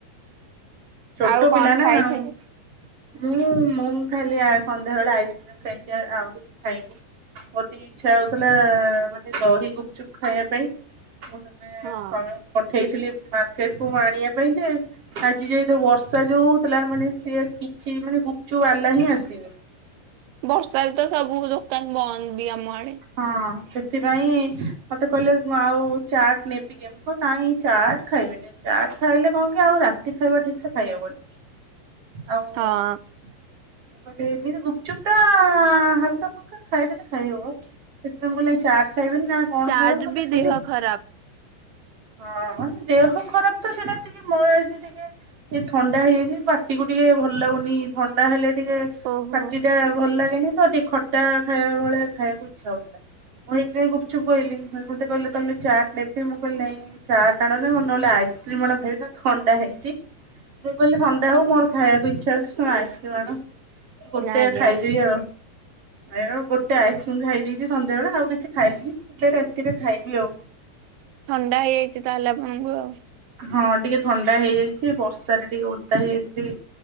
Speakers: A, on the right; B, on the right.
A: ଛୋଟ
B: ଆଉ କଣ
A: ପିଲା ନା
B: ଖାଇଥିଲି?
A: ଆଉ। ମୁଁ ମୁଁ ଖାଲି ଆ ସନ୍ଧ୍ୟାବେଳେ ଆଇସ୍କ୍ରିମ ଖାଇଛି ଆ ଆଉ କିଛି ଖାଇନି। ମୋର ଟିକେ ଇଚ୍ଛା ହଉଥିଲା ମାନେ ଦହି ଗୁପ୍ ଚୁପ୍ ଖାଇବା ପାଇଁ। ସମ
B: ହଁ
A: ପଠେଇଥିଲି ମାର୍କେଟ କୁ ଆଣିବା ପାଇଁ ଯେ ଆଜି ଯାଏ ଯୋଉ ବର୍ଷା ଯୋଉ ହଉଥିଲା ମାନେ ସିଏ କିଛି ମାନେ ଗୁପ୍ ଚୁପ୍ ଆଲା ହିଁ ଆସନି।
B: ବର୍ଷାରେ ତ ସବୁ ଦୋକାନ ବନ୍ଦ ବି ଆମ ଆଡେ।
A: ହଁ ସେଥିପାଇଁ ମତେ କହିଲେ ଆଉ ଚାଟ୍ ନେବି କି କେମ ନାଇଁ ଚାଟ୍ ଖାଇବିନି ଚାଟ୍ ଖାଇଲେ କଣ କି ଆଉ ରାତି ଖାଇବା ଠିକ୍ ସେ ଖାଇହବନି। ଆଉ ମୁଁ
B: ହଁ
A: <inaudible> ଗୁପଚୁପ୍ ଟା <unintelligible> ଫୁଲକା ଫୁଲକା ଖାଇଦେଲେ ଖାଇହେବ, ସେଥିପାଇଁ ମୁଁ କହିଲି ନା ଚାଟ୍ ଖାଇବି ନା କଣ
B: ଚାଟ
A: ଖାଇବ, ମୁଁ କହିଲି
B: ବି
A: ନା ଖାଲି
B: ଦେହ ଖରାପ।
A: ହଁ ହଁ, ଦେହ ଖରାପ ତ ସେଇଟା ଟିକେ <unintelligible> ଟିକେ ସେ ଥଣ୍ଡା ହେଇଯାଇଛି ପାଟିକୁ ଟିକେ ଭଲ ଲାଗୁନି ଥଣ୍ଡା ହେଲେ ଟିକେ
B: ଓହୋ
A: ପାଟିଟା ଭଲ ଲାଗେନି ତ ଟିକେ ଖଟା ଖାଇବା ଭଳିଆ ଖାଇବାକୁ ଇଚ୍ଛା ହଉଥିଲା। ମୁଁ ଏଇଥି ପାଇଁ ଗୁପଚୁପ୍ କହିଲିନି, ମତେ କହିଲେ‌ ତାହେଲେ ଚାଟ୍ ନେବି ମୁଁ କହିଲି ନାଇଁ। ଚାଟ୍ ଆଣନି ମୁଁ ନହେଲେ ଆଇସ୍କ୍ରିମ୍ ଗୋଟେ ଖାଇ <inaudible> ଥଣ୍ଡା ହେଇଛି। ମୁଁ କହିଲି ଥଣ୍ଡା ହଉ ମୋର ଖାଇବାକୁ ଇଚ୍ଛା ହଉଛି ତମେ ଆଇସ୍କ୍ରିମ୍ ଆଣ ଗୋଟେ
B: ଆଜ୍ଞା
A: ଖାଇଦେବି ଆଉ। ଆଣ ଗୋଟେ ଆଇସ୍କ୍ରିମ ଖାଇ ଦେଇଛି ସଧ୍ୟାବେଳେ ଆଉ କିଛି ଖାଇଲିନି <unintelligible> ରାତିରେ ଖାଇବି ଆଉ।
B: ଥଣ୍ଡା ହେଇଯାଇଛି ତାହେଲେ ଆପଣଙ୍କୁ ଆଉ।
A: ହଁ ଟିକେ ଥଣ୍ଡା ହେଇଯାଇଛି ବର୍ଷାରେ ଟିକେ ଓଦା ହେଇଯାଇଥିଲି